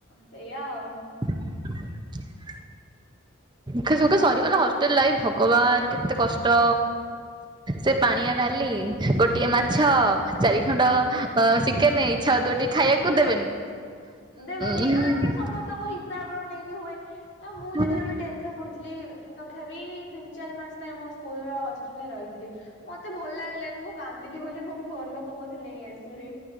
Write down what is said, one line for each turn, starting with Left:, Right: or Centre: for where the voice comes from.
Left: ସେୟା ଆଉ।
Right: ହ। ଖେ ସୁଖେ ସରିଗଲା
Left: ଆଉ
Right: ହଷ୍ଟେଲ ଲାଇଫ ଭଗବାନ କେତେ କଷ୍ଟ। ସେ ପାଣିଆ ଡାଲି ଗୋଟିଏ ମାଛ। ଚାରି ଖଣ୍ଡ ଚିକେନ ଇ୍ଛା ହଉ ତୁ ଟିକେ ଖାଇବାକୁ ଦେବେନି।
Left: ଦେବେନି
Right: ହୁଁ।
Left: ଆର୍ ତ ସମସ୍ତଙ୍କ ହିସାବ ର ନେଇକି ହୁଏ ଆଉ ମୁଁ
Right: ହଁ
Left: ଯେତେବେଳେ ବି। ଟେନ୍ଥରେ ପଢ଼ୁଥିଲି ତଥାପି ତିନି ଚାରି ମାସ ପାଇଁ ଆମ ସ୍କୁଲ ହଷ୍ଟେଲରେ ରହିଥିଲି। ମତେ ଭଲ ଲାଗିଲାନି ମୁଁ କାନ୍ଦିଲି ବୋଲି ମୁ ଘର ଲୋକ ମତେ ନେଇ ଆସିଲି।